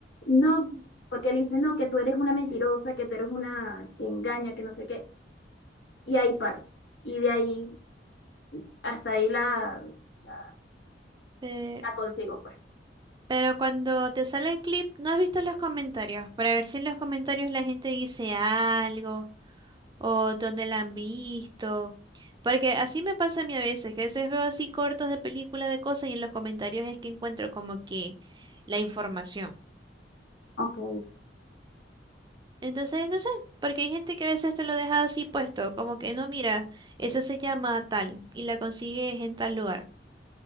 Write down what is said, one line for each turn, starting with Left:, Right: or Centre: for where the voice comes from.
Left: no,
Right: Ujú.
Left: porque le dicen, no, que tú eres una mentirosa, que tú eres una que engaña, que no sé qué. y ahí paro. Y de ahí hasta ahí la, la,
Right: Eh,
Left: la consigo, pues.
Right: pero cuando te sale el clip, ¿no has visto los comentarios? Para ver si en los comentarios la gente dice algo o donde la han visto. Porque así me pasa a mí a veces, que a veces veo así cortos de películas de cosas y en los comentarios es que encuentro como que la información.
Left: Ok.
Right: Entonces, no sé, porque hay gente que a veces te lo deja así puesto, como que no, mira, esa se llama tal y la consigues en tal lugar.